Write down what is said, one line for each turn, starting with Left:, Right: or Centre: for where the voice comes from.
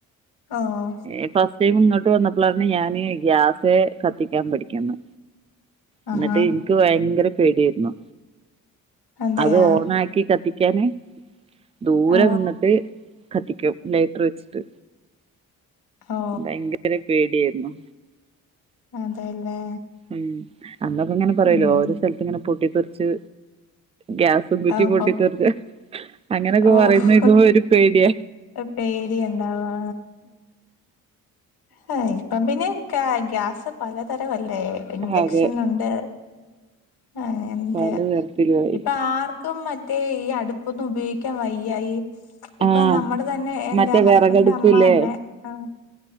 Left: ഓഹ്
Right: എ ഫസ്റ്റ് ടൈം ഇങ്ങട്ട് വന്നപ്പളാണ് ഞാന് ഗ്യാസ് കത്തിക്കാൻ പടിക്ക്ന്നെ എന്ന്ട്ട്
Left: ആഹാ
Right: ഇൻക്ക് ഭയങ്കര പേടിയാര്ന്നു
Left: അതെയാ
Right: അത് ഓണാക്ക് ക്കി കത്തിക്കാന് ദൂരെ
Left: ഓ
Right: ന്ന്ന്നിട്ട് കത്തിക്കും ലയ്റ്ററ് വെച്ചിട്ട്
Left: ഓ
Right: ഭയങ്കര പേട്യായ്രുന്നു
Left: അതെല്ലേ
Right: ഉം അന്നൊക്കെ ഇങ്ങനെ പറയലോ
Left: ഉം
Right: ഓരോ സ്ഥലത്ത് ഇങ്ങനെ പൊട്ടി തെർച്ച് ഗ്യാസ് സുംകുറ്റി
Left: ഓഹോ
Right: പൊട്ടിതെറിച്ച് അങ്ങനൊക്കെ
Left: ഓഹ്
Right: പറയുന്നേക്കുമ്പോ ഒരു പേട്യാ
Left: പേടിയുണ്ടാവാ ഹാഹ് ഇപ്പം പിന്നെ ഗ്യാ ഗ്യാസ് പലതരവല്ലേ ഇൻഡക്ഷനുണ്ട്
Right: അതെ
Left: ആന്റ്
Right: പല തരത്തിലുമായി
Left: ഇപ്പാർ ക്കും മറ്റേ ഈ അടുപ്പൊന്നും ഉപയോഗിക്കാൻ വയ്യ ഈ ഇപ്പൊ
Right: ആഹ്
Left: നമ്മടെതന്നെ എന്റെ
Right: മറ്റേ
Left: ഹസ്ബന്റ്ന്റെ
Right: വിറകടുപ്പില്ലേ
Left: അമ്മ തന്നെ ആഹ്